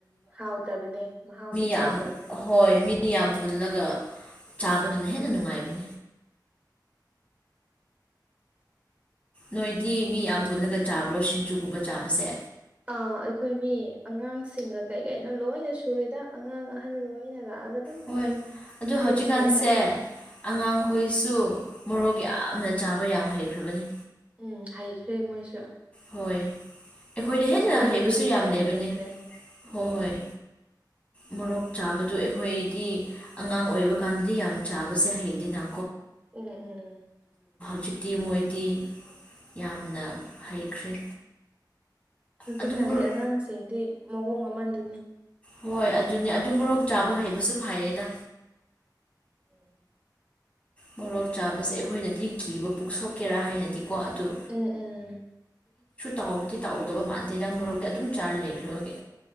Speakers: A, on the right; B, on the left.
A: ꯍꯥꯎꯇꯕꯅꯦ ꯃꯍꯥꯎꯁꯨ ꯊꯣꯛꯇꯕꯅꯦ
B: ꯌꯥꯝ ꯍꯣꯏ ꯃꯤ ꯌꯥꯝ ꯄꯨꯜꯂꯒ ꯆꯥꯕꯗꯨꯅ ꯍꯦꯟꯅ ꯅꯨꯡꯉꯥꯏꯕꯅꯤ ꯅꯣꯏꯗꯤ ꯃꯤ ꯌꯥꯝ ꯄꯨꯟꯅꯒ ꯆꯥꯕ꯭ꯔꯣ ꯁꯤꯡꯖꯨꯒꯨꯝꯕ ꯆꯥꯕꯁꯦ
A: ꯑꯥ ꯑꯩꯈꯣꯏ ꯃꯤ ꯑꯉꯥꯡꯁꯤꯡꯒ ꯀꯩ ꯀꯩꯅꯣ ꯂꯣꯏꯅ ꯁꯨꯔꯦꯗ ꯑꯉꯥꯡ ꯑꯍꯟ ꯂꯣꯏꯅ ꯂꯥꯛꯑꯒ ꯑꯗꯨꯝ
B: ꯍꯣꯏ ꯑꯗꯨ
A: ꯁꯦꯝꯃꯒ
B: ꯍꯧꯖꯤꯛꯀꯥꯟꯁꯦ
A: ꯆꯥꯏ
B: ꯑꯉꯥꯡꯈꯣꯏꯁꯨ ꯃꯣꯔꯣꯛ ꯌꯥꯝꯅ ꯆꯥꯕ ꯌꯥꯝ ꯍꯩꯈ꯭ꯔꯕꯅꯤ
A: ꯎꯝ ꯍꯩꯈ꯭ꯔꯦ ꯃꯣꯏꯁꯨ
B: ꯍꯣꯏ ꯑꯩꯈꯣꯏꯗ
A: ꯇꯝꯕꯤꯕꯗꯒꯤ
B: ꯍꯦꯟꯅ ꯍꯩꯕꯁꯨ ꯌꯥꯝ
A: ꯍꯦꯟꯅ
B: ꯂꯩꯕꯅꯦ
A: ꯍꯩꯈ꯭ꯔꯦ ꯎꯝ
B: ꯍꯣꯏ ꯍꯣꯏ ꯃꯣꯔꯣꯛ ꯆꯥꯕꯗꯨ ꯑꯩꯈꯣꯏꯗꯤ ꯑꯉꯥꯡ ꯑꯣꯏꯕ ꯀꯥꯟꯗꯗꯤ ꯌꯥꯝ ꯆꯥꯕꯁꯦ ꯍꯩꯗꯤ ꯅꯥ
A: ꯎꯝ ꯎꯝ
B: ꯍꯧꯖꯤꯛꯇꯤ ꯃꯣꯏꯗꯤ ꯌꯥꯝꯅ ꯍꯩꯈ꯭ꯔꯦ
A: ꯍꯧꯖꯤꯛꯀꯥꯟꯒꯤ
B: ꯑꯗꯨ ꯃꯣꯔꯣꯛ
A: ꯑꯉꯥꯡꯁꯤꯡꯗꯤ ꯃꯑꯣꯡ ꯑꯃꯗꯨꯅꯤ
B: ꯍꯣꯏ ꯑꯗꯨꯅꯦ ꯑꯗꯨ ꯃꯣꯔꯣꯛ ꯆꯥꯕ ꯍꯩꯕꯁꯨ ꯐꯔꯦꯗ
A: ꯎꯝ
B: ꯃꯣꯔꯣꯛ ꯆꯥꯕꯁꯦ ꯑꯩꯈꯣꯏꯅꯗꯤ ꯀꯤꯕ ꯄꯨꯛꯁꯣꯛꯀꯦꯔꯥ ꯍꯥꯏꯅꯗꯤ ꯀꯣ ꯑꯗꯨ
A: ꯎꯝ ꯎꯝ
B: ꯇꯥꯎꯕꯗꯤ ꯇꯥꯎꯗꯧꯕ ꯃꯥꯟꯗꯦꯗ ꯃꯨꯔꯣꯛꯗꯤ ꯑꯗꯨꯝ ꯆꯥꯔ ꯂꯩꯈ꯭ꯔꯕꯒꯤ